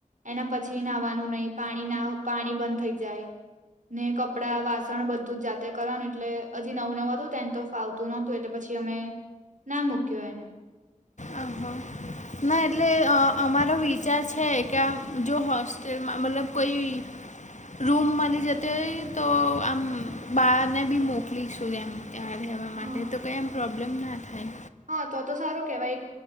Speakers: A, on the right (about 75°); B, on the left (about 65°).
A: એના પછી નાહવાનું નહી પાણી ના પાણી બંધ થઈ જાય ને ક પડા વાસણ બધું જ જાતે કરવા એટલે હજી નવું નવું હતું તો એન તો ફાવતું નહોતું એટલે પછી અમે, ના મુક્યો એને.
B: અ હા એટલે અમારો વિચાર છે કે આ જો હોશ જે આ માં મતલબ કોઈ રૂમ મળી જતી હોય તો આમ બારને બી મોકલીશું એમ. એમાં રહેવા માટે
A: હા
B: તો કંઈ આમ પ્રોબ્લેમ ના થાય.
A: હા તો તો સારું કેવાય એક